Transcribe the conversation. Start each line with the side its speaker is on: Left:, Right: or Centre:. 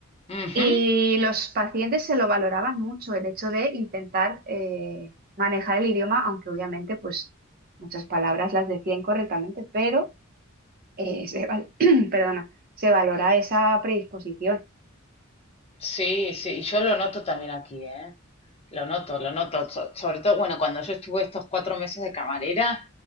Left: Ujú.
Right: Y los pacientes se lo valoraban mucho, el hecho de intentar eh, manejar el idioma, aunque obviamente pues muchas palabras las decían correctamente, pero eh, se, val- <clears throat> perdona, se valora esa predisposición.
Left: Sí, sí, yo lo noto también aquí, ¿eh? Lo noto, lo noto. So- sobre todo, bueno, cuando yo estuve estos cuatro meses de camarera,